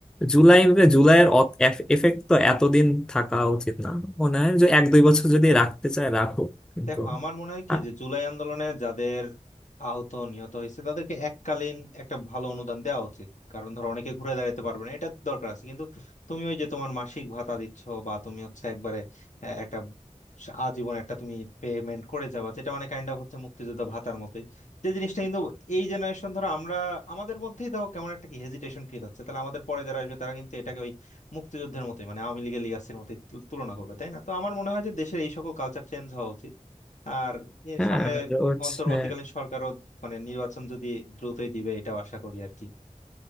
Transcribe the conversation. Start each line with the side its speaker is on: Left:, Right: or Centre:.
Centre: জুলাই জুলাইয়ের এফেক্ট তো এতদিন থাকা উচিত না মনে হয় যে এক দুই বছর যদি রাখতে চায় রাখো কিন্তু
Left: দেখো আমার মনে হয় কি
Centre: আ-
Left: যে জুলাই আন্দোলনে যাদের আহত নিহত হয়েছে তাদেরকে এককালীন একটা ভালো অনুদান দেওয়া উচিত কারণ ধরো অনেকে ঘুরে দাঁড়াতে পারবে না এটা দরকার আছে কিন্তু তুমি ওই যে তোমার মাসিক ভাতা দিচ্ছ বা তুমি হচ্ছে একবারে আহ, একটা স- আজীবন একটা তুমি পেমেন্ট করে যাবা যেটা মানে কাইন্ড অফ হচ্ছে মুক্তিযোদ্ধা ভাতার মতোই যে জিনিসটা কিন্তু এই জেনারেশন ধরো আমরা আমাদের মধ্যেই দেখো কেমন একটা কি হেজিটেশন ফিল হচ্ছে তাহলে আমাদের পরে যারা আসবে তারা কিন্তু এটাকে ওই মুক্তিযুদ্ধের মতোই মানে আওয়ামী লীগের লিগ্যাসির মতোই তু- তুলনা করবে তাই না তো আমার মনে হয় যে দেশের এই সকল কালচার চেঞ্জ হওয়া উচিত আর এর
Centre: হ্যাঁ
Left: সামনে
Centre: আর হচ্ছে
Left: অন্তর্বর্তীকালীন সরকারও মানে নির্বাচন যদি দ্রুতই দিবে এটাও আশা করি আর কি